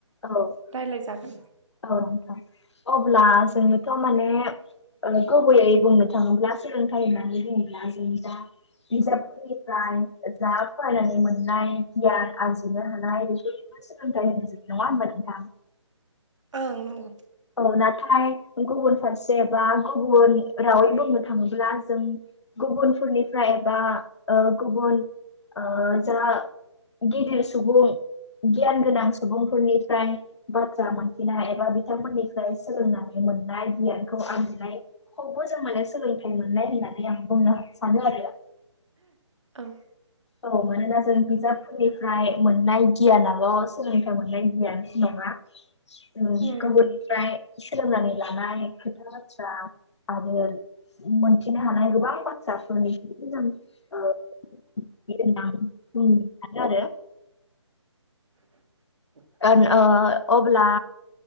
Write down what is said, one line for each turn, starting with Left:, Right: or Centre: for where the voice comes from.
Left: औ
Right: रायलायजागोन
Left: औ नोंथां अब्ला जोङोथ' माने गुबैयै बुंनो थाङोब्ला सोलोंथाइ होननानै बुङोब्ला जों जा बिजाबफोरनि जा फरायनानै मोननाय गियान आरजिनो हानाय बे सोलोंथाइ होन ज नंङा होनबा नोंथां?
Right: ओं नंगौ।
Left: औ नाथाय गुबुन फारसे बा गुबुन रावै बुंनो थाङोब्ला जों गुबुनफोरनिफ्राय बा गुबुन जा गिदिर सुबुं गियान गोनां सुबुंफोरनिफ्राय बाथ्रा मोनफिनाय एबा बिथांमोननिफ्राय सोलोंनानै मोननाय गियानखौ आंहाय हबो जों माने सोलोंथाइ मोननाय होननानै आं बुंनो सानो आरो।
Right: औ
Left: औ मानोना जों बिजाबफोरनिफ्राय मोननाय गियानाल' सोलोंथाइ मोननाय गियान नङा। <unintelligible>
Right: नंगौ
Left: ओमफ्राय सोलोंनानै लानाय खोथा बाथ्रा आरो मोनथिनो हानाय गोबां बाथ्राफोरनि ओ <unintelligible> सानो आरो
Right: <inaudible>
Left: ओ ओंअबला